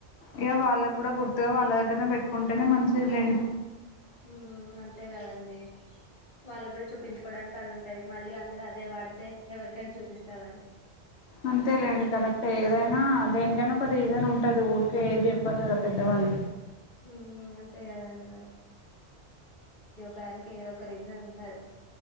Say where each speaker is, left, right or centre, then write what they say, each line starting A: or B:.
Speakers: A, on the left (about 75°); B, on the left (about 50°).
A: ఇక వాళ్ళగూడా గుర్తుగా వాళ్ళ దగ్గరనే, పెట్టుకుంటేనే మంచిదిలేండి.
B: మ్... అంతే కదండి వాళ్ళ కూడా చూపించుకోవడానికి అది ఉంటది మళ్ళీ అందరు అ దే వాడితే ఎవరికని చూపిస్తావ్ అది
A: అంతేలేండి కరెక్ట్ ఏదైనా ఆ... దేనికైనా ఒక రీజన్ ఉంటది ఊరికే ఏది చెప్పరు కదా పెద్దవాళ్ళు
B: మ్మ్ అంతే కదండి దానికి ఏదో ఒక రీజన్ ఉంటాది